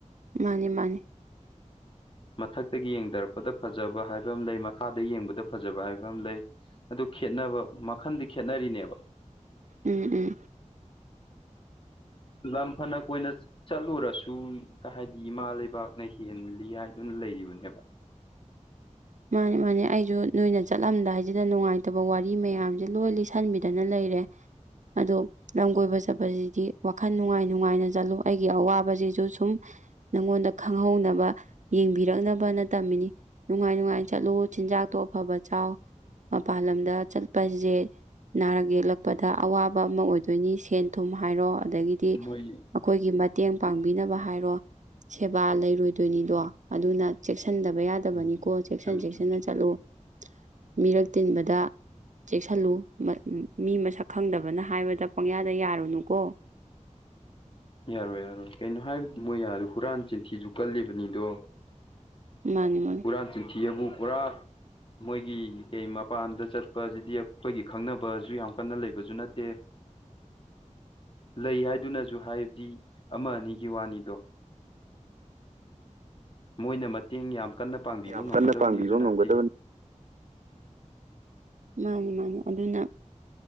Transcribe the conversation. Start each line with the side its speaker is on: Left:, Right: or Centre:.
Right: ꯃꯥꯅꯤ ꯃꯥꯅꯦ
Left: ꯃꯊꯛꯇꯒꯤ ꯌꯦꯡꯊꯔꯛꯄꯗ ꯐꯖꯕ ꯍꯥꯏꯕ ꯑꯃ ꯂꯩ ꯃꯈꯥꯗ ꯌꯦꯡꯕꯗ ꯐꯖꯕ ꯍꯥꯏꯕ ꯑꯃ ꯂꯩ ꯑꯗꯨ ꯈꯦꯠꯅꯕ ꯃꯈꯟꯗꯤ ꯈꯦꯠꯅꯔꯤꯅꯦꯕ
Right: ꯎꯝ ꯎꯝ
Left: ꯂꯝ ꯐꯅ ꯀꯣꯏꯅ ꯆꯠꯂꯨꯔꯁꯨ ꯍꯥꯏꯗꯤ ꯏꯃꯥ ꯂꯩꯕꯥꯛꯅ ꯍꯦꯜꯂꯤ ꯍꯥꯏꯗꯨꯅ ꯂꯩꯔꯤꯕꯅꯦꯕ
Right: ꯃꯥꯅꯤ ꯃꯥꯅꯦ ꯑꯩꯁꯨ ꯅꯣꯏꯅ ꯆꯠꯂꯝꯗꯥꯏ ꯁꯤꯗ ꯅꯨꯡꯉꯥꯏꯇꯕ ꯋꯥꯔꯤ ꯃꯌꯥꯝꯁꯦ ꯂꯣꯏ ꯂꯤꯁꯤꯟꯕꯤꯗꯅ ꯂꯩꯔꯦ ꯑꯗꯣ ꯂꯝ ꯀꯣꯏꯕ ꯆꯠꯄꯁꯤꯗꯤ ꯋꯥꯈꯜ ꯅꯨꯡꯉꯥꯏ ꯅꯨꯡꯉꯥꯏꯅ ꯆꯠꯂꯣ ꯑꯩꯒꯤ ꯑꯋꯥꯕꯁꯤꯁꯨ ꯁꯨꯝ ꯅꯪꯉꯣꯟꯗ ꯈꯪꯍꯧꯅꯕ ꯌꯦꯡꯕꯤꯔꯛꯅꯕꯅ ꯇꯝꯃꯤꯅꯤ ꯅꯨꯡꯉꯥꯏ ꯅꯨꯡꯉꯥꯏ ꯆꯠꯂꯨ ꯆꯤꯟꯖꯥꯛꯇꯣ ꯑꯐꯕ ꯆꯥꯎ ꯃꯄꯜ ꯂꯝꯗ ꯆꯠꯄꯁꯦ ꯅꯥꯔꯛ ꯌꯦꯛꯂꯛꯄꯗ ꯑꯋꯥꯕ ꯑꯃ ꯑꯣꯏꯗꯣꯏꯅꯤ ꯁꯦꯟ ꯊꯨꯝ ꯍꯥꯏꯔꯣ ꯑꯗꯒꯤ ꯗꯤ
Left: ꯃꯣꯏ
Right: ꯑꯩꯈꯣꯏꯒꯤ ꯃꯇꯦꯡ ꯄꯥꯡꯕꯤꯅꯕ ꯍꯥꯏꯔꯣ ꯁꯦꯕꯥ ꯂꯩꯔꯣꯏꯗꯣꯏꯅꯤꯗꯣ ꯑꯗꯨꯅ ꯆꯦꯛꯁꯥꯟ ꯁꯟꯗꯕ ꯌꯥꯗꯕꯅꯤꯀꯣ
Left: ꯎꯝ
Right: ꯆꯦꯛꯁꯤꯟ
Left: ꯆꯨꯝꯃꯤ
Right: ꯆꯦꯛꯁꯤꯟꯅ
Left: ꯆꯨꯝꯃꯤ
Right: ꯆꯠꯂꯨ ꯃꯤꯔꯛ ꯇꯤꯟꯕꯗ ꯆꯦꯛꯁꯤꯜꯂꯨ ꯃꯥ ꯃꯤ ꯃꯁꯛ ꯈꯪꯗꯕꯅ ꯍꯥꯏꯕꯗ ꯄꯪꯌꯥꯗ ꯌꯥꯔꯨꯅꯨꯀꯣ
Left: ꯌꯥꯔꯣꯏ ꯌꯥꯔꯣꯏ ꯀꯩꯅꯣ ꯍꯥꯏꯕ ꯃꯣꯏ ꯑꯥꯗ ꯍꯨꯔꯥꯟ ꯆꯤꯟꯊꯤꯁꯨ ꯀꯜꯂꯤꯕꯅꯤꯗꯣ
Right: ꯃꯥꯅꯤ ꯃꯥꯅꯤ
Left: ꯍꯨꯔꯥꯥꯟ ꯆꯤꯊꯤꯑꯕꯨ ꯄꯨꯔꯥ ꯃꯣꯏꯒꯤ ꯀꯩ ꯃꯄꯥꯟꯗ ꯆꯠꯄꯁꯤꯗꯤ ꯑꯩꯈꯣꯏꯒꯤ ꯈꯪꯅꯕꯁꯨ ꯌꯥꯝ ꯀꯟꯅ ꯂꯩꯕꯁꯨ ꯅꯠꯇꯦ ꯂꯩ ꯍꯥꯏꯗꯨꯅꯁꯨ ꯍꯥꯏꯕꯗꯤ ꯑꯃ ꯑꯅꯤꯒꯤ ꯋꯥꯅꯤꯗꯣ ꯃꯣꯏꯅ ꯃꯇꯦꯡ ꯌꯥꯝ ꯀꯟꯅ ꯄꯥꯡꯕꯤꯕ
Right: ꯌꯥꯝ
Left: ꯉꯝꯒꯗꯕꯅꯦꯁꯨ
Right: ꯀꯟꯅ ꯄꯥꯡꯕꯤꯕ
Left: ꯅꯠꯇꯦ
Right: ꯉꯝꯒꯗꯕꯅꯤ ꯃꯥꯅꯤ ꯃꯥꯅꯦ ꯑꯗꯨꯅ